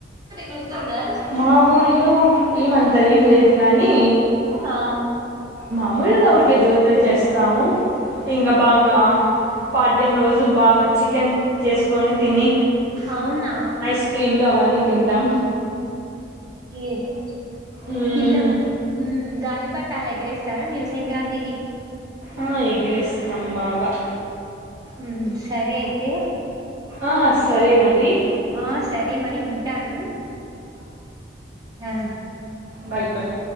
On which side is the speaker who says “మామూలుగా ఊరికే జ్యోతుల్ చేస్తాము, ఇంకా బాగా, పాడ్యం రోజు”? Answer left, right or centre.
Right